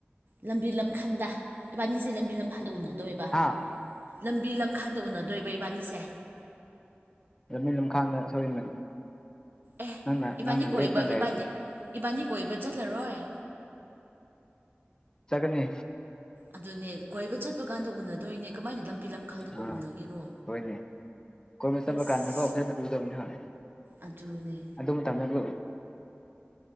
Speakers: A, on the right (about 55°); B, on the left (about 20°).
A: ꯂꯝꯕꯤ ꯂꯝꯈꯥꯡꯗ ꯏꯕꯥꯅꯤꯁꯦ ꯂꯝꯕꯤ ꯂꯝꯈꯥꯡꯗ ꯎꯅꯗꯣꯏꯕ
B: ꯍꯥꯥ
A: ꯍꯥ ꯂꯝꯕꯤ ꯂꯝꯈꯥꯡꯗ ꯎꯅꯗꯣꯏꯕ ꯏꯕꯥꯅꯤꯁꯦ
B: ꯂꯝꯕꯤ ꯂꯝꯈꯥꯡꯗ ꯁꯣꯏꯅ
A: ꯑꯦ
B: ꯅꯪꯅ
A: ꯏꯕꯥꯅꯤ
B: ꯅꯪꯅ
A: ꯀꯣꯏꯕ
B: ꯂꯦꯞꯅ ꯂꯩꯔꯗꯤ
A: ꯏꯕꯥꯅꯤ ꯏꯕꯥꯅꯤ ꯀꯣꯏꯕ ꯆꯠꯂꯔꯣꯏ
B: ꯆꯠꯀꯅꯤ
A: ꯑꯗꯨꯅꯦ ꯀꯣꯏꯕ ꯆꯠꯄ ꯀꯥꯟꯗ ꯎꯅꯗꯣꯏꯅꯦ ꯀꯃꯥꯏꯅ ꯂꯝꯕꯤ ꯂꯝꯈꯥꯡꯗꯀ
B: ꯑꯥ
A: ꯎꯅꯒꯦꯔꯣ
B: ꯍꯣꯏꯅꯦ ꯀꯣꯏꯕ ꯆꯠꯄ
A: ꯑꯁ
B: ꯀꯥꯟꯗꯀꯣ ꯑꯃꯨꯛ ꯍꯦꯟꯅ ꯎꯗꯕꯅꯦ ꯍꯣꯏ
A: ꯑꯗꯨꯅꯦ
B: ꯑꯗꯨ ꯃꯇꯝꯗ ꯑꯗꯨ